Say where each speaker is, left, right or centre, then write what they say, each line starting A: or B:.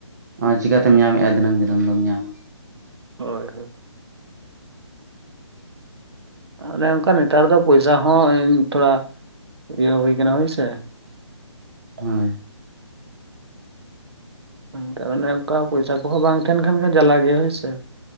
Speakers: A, on the right; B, on the right.
A: ᱟ ᱪᱤᱠᱟᱛᱮᱢ ᱧᱟᱢᱮᱜᱼᱟ ᱫᱤᱱᱟᱹᱢ ᱫᱤᱱᱟᱹᱢ ᱫᱚᱢ ᱧᱟᱢᱟ?
B: ᱦᱳᱭ ᱦᱳᱭ ᱛᱟᱦᱟᱞᱮ ᱚᱝᱠᱟ ᱱᱮᱛᱟᱨ ᱫᱚ ᱯᱚᱭᱥᱟ ᱦᱚᱸ ᱛᱷᱚᱲᱟ ᱤᱭᱟᱹ ᱦᱩᱭ ᱠᱟᱱᱟ ᱦᱳᱭᱥᱮ᱾
A: ᱦᱚᱸᱭ
B: ᱟᱨ ᱱᱮᱛᱟᱨ ᱚᱱᱮ ᱚᱝᱠᱟ ᱯᱚᱭᱥᱟ ᱠᱚᱦᱚᱸ ᱵᱟᱝ ᱛᱟᱦᱮᱱ ᱠᱟᱱ ᱠᱷᱟᱱ ᱡᱟᱞᱟ ᱜᱮᱭᱟ ᱦᱳᱭ ᱥᱮ᱾